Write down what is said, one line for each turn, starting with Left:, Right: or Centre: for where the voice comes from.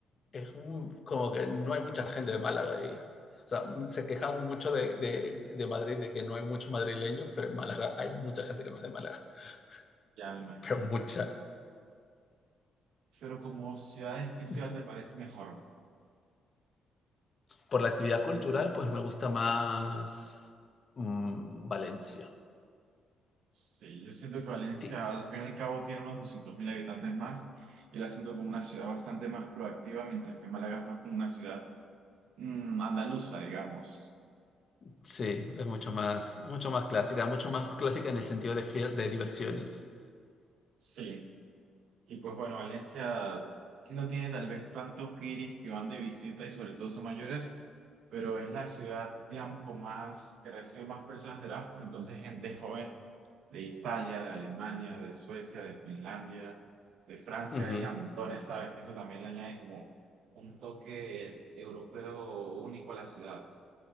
Left: es un- como que no hay mucha gente de Málaga ahí. O sea, m- se quejan mucho de, de- de Madrid, de que no hay muchos madrileños, pero en Málaga hay mucha gente que no es de Málaga,
Right: Ya
Left: <laughs>
Right: me imagino.
Left: pero mucha.
Right: Pero como ciudades, ¿qué ciudad
Left: Ujú.
Right: te parece mejor?
Left: Por la actividad cultural, pues me gusta más mm, Valencia.
Right: Sí, yo siento que Valencia
Left: Ti-
Right: al fin y al cabo tiene unos 200.000 habitantes más y la siento como una ciudad bastante más proactiva, mientras que Málaga es más como una ciudad mm, andaluza, digamos.
Left: Sí, es mucho más, mucho más clásica, mucho más clásica en el sentido de, fie- de diversiones.
Right: Sí. Y pues bueno, Valencia no tiene tal vez tantos guiris que van de visita y sobre todo son mayores, pero es la ciudad, digamos, con más, que recibe más personas de Erasmus, entonces gente joven de Italia, de Alemania, de Suecia, de Finlandia, de Francia
Left: Ujú.
Right: y a montones, ¿sabes? Que eso también le añade como un toque europeo único a la ciudad